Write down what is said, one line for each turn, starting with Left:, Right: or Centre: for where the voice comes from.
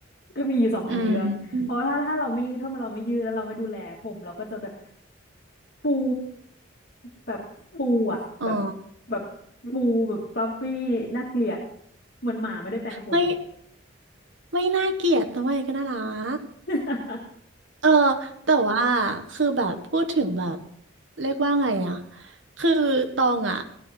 Left: ก็มีอยู่สองทางเลือกเพราะว่าถ้าถ้าเราไม่ถ้าเราไม่ยืดแล้วเราไม่ดูแลผมเราก็จะแบบ
Right: อืมอม
Left: ปูแบบปูอ่ะแบบ
Right: อ๋อ
Left: แบบปูแบบฟลัฟฟี่น่าเกลียดเหมือนหมาไม่ได้แปรงขน
Right: ไม่ไม่น่าเกลียดทำไมก็น่ารัก
Left: <laughs>
Right: เออแต่ว่าคือแบบพูดถึงแบบเรียกว่าไงอะคือตองอะ